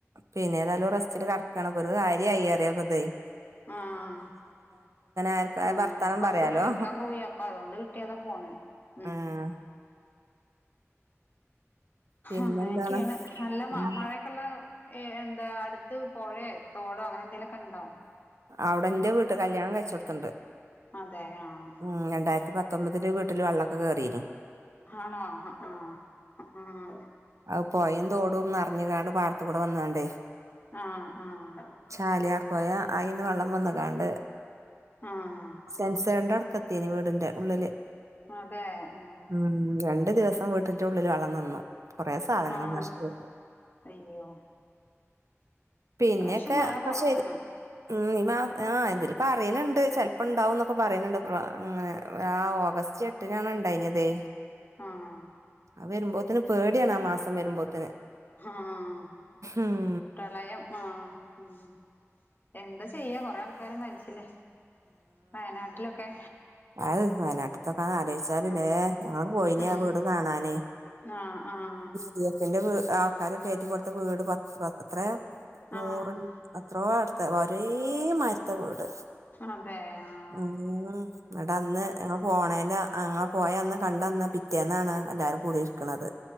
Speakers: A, on the right; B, on the left.
A: പിന്നെ തായാലും റസ്റ്റില് കടക്കാണ്‌ അപ്പൊരു കാര്യായി അറിയ ഇതേയ്
B: ആഹ്‌
A: ആർക്ക
B: ആഹ്‌
A: വർത്താനം
B: അപ്പൊ
A: പറയാലോ
B: അവര് കളിക്കാൻ പോയി ഇപ്പൊ അതുകൊണ്ട് കിട്ടിയതാ ഫോണ് ഉം
A: ആഹ്‌ പിന്നെന്താണ്
B: അങ്ങനൊക്കെണ് നല്ല മ
A: ഉം
B: മഴക്കെള്ള ഏഹ്‌ എന്താ അടുത്ത് പൊഴേ തോടോ അങ്ങനെ എന്തേലൊക്കെ ഉണ്ടൊ
A: അവിടെ ന്റെ വീട്ട് കല്യാണം കഴിച്ചോട്ത്ത്ണ്ട്
B: അതെ ആഹ്‌
A: ഉം രണ്ടായിരത്തി പത്തൊമ്പതില് വീട്ടില് വെള്ളൊക്കെ കേറീനിം
B: ആണോ അ ആഹ് അ ആഹ്
A: അഹ്‌ പൊയേം തോടും നെറഞ്ങ്ങാണ്ട് പാടത്ത്കൂടെ വന്നാണ്ടേയ്
B: ആഹ്‌ ആഹ്‌
A: ചാലിയാർ പൊയ അയിന്ന് വെള്ളം വന്ന്ങ്ങാണ്ട്
B: ആഹ്
A: സെൻസറിന്റെടു കത്തിയാണി വീടിന്റെ ഉള്ളില്
B: അതെ ആഹ്
A: ഉം രണ്ടു ദിവസം വി ത്തിൻ്റെ ഉള്ളില് വെള്ളം നിന്നു. കൊറേ സാധനങ്ങൾ
B: ആഹ്
A: നഷ്ടപ്പെട്ടു.
B: അയ്യോ
A: പിന്നെയൊക്കെ
B: ഇപ്രാവശ്യം മഴ
A: അപ്പ
B: കൊറവാണ്
A: ശരി ഉം ഈ മാ ആ ഇതില് പറയണുണ്ട് ചെലപ്പണ്ടാവും എന്നൊക്കെ പറയുന്നുണ്ട് പ്ര അങ്ങനെ ആ ആഗസ്റ്റ് എ ട്ടിനാണ് ഉണ്ടായിഞ്ഞതേ.
B: ആഹ്
A: അഹ്‌ വരുമ്പോത്തിന് പേടിയാണ് ആ മാസം വരുമ്പോത്തിന്.
B: ആഹ്
A: ഉം
B: പ്രളയം ആഹ് ഉം എന്താ ചെയ്യാ കൊറേ ആൾക്കാര് മരിച്ചില്ലേ വയനാട്ടിലൊക്കെ.
A: ആഹ് വയനാട്ട്ത്തൊക്കെ ആലോയ്ച്ചാലില്ലേ.
B: അള്ളോ
A: ഞങ്ങള് പോയിന്
B: ഉം
A: ആ വീട് കാണാനേയ്
B: ആഹ് ആഹ്
A: ഡി എഫിന്റെ വീ ആൾക്കാരൊക്കെ കയറ്റി കൊടുത്ത വീട് പത്ത് പ എത്രയാ നൂറ്
B: ആഹ്
A: അത്രോ അടുത്ത് ഒരേ മാര്ത്തെ വീട്
B: അതെ ആഹ്
A: ഊം ഇന്നിട്ടന്ന് ഞങ്ങള് പോണേന്റെ അങ്ങള് പോയ അന്ന് കണ്ട അന്ന് പിറ്റേന്നാണ് എല്ലാരും കൂടിരിക്കണത്.